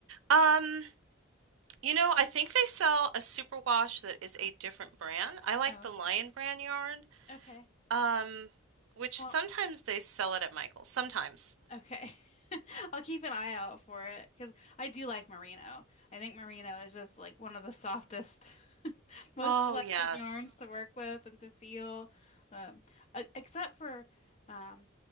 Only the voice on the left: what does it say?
Oh,
okay.
Okay.
Well,
okay. <laughs> I'll keep an eye out for it because I do like merino. I think merino is just like one of the softest, <laughs> most
pleasant
yarns to work with and to feel. Um, e- except for, um,